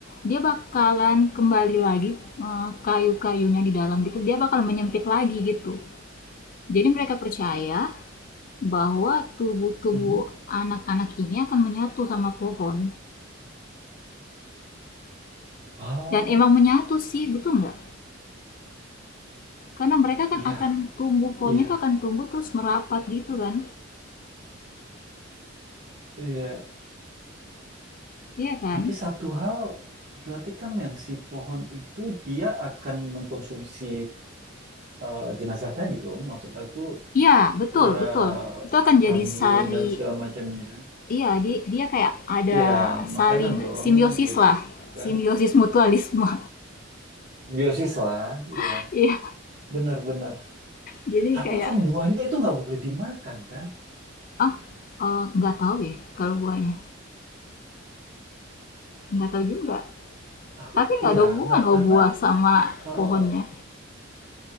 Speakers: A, on the left; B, on the right.
A: dia bakalan kembali lagi eh, kayu-kayunya di dalam gitu. Dia bakal menyempit lagi gitu. Jadi mereka percaya bahwa tubuh-tubuh
B: Mhm.
A: anak-anak ini akan menyatu sama pohon.
B: Oh,
A: Dan emang menyatu sih, betul nggak? karena mereka kan
B: iya,
A: akan tumbuh pohonnya
B: iya,
A: itu akan tumbuh terus merapat gitu kan
B: iya.
A: iya kan
B: Tapi satu hal, berarti kan yang si pohon itu, dia akan mengkonsumsi eh, jenazah tadi dong. Maksud aku,
A: iya betul
B: ya
A: betul itu akan
B: Kambiun
A: jadi sari
B: dan segala macamnya.
A: iya di- dia kayak ada
B: Iya,
A: saling
B: makanan dong
A: simbiosis
B: gitu
A: lah simbiosis
B: kan.
A: mutualisme
B: Biosis lah,
A: <laughs>
B: iya.
A: iya
B: Benar-benar.
A: jadi
B: Tapi
A: kayak
B: kan buahnya itu nggak boleh dimakan kan?
A: ah eh, nggak tahu ya kalau buahnya nggak tahu juga
B: Aku,
A: tapi nggak
B: iya,
A: ada hubungan
B: nggak
A: loh
B: karena
A: buah sama
B: eh,
A: pohonnya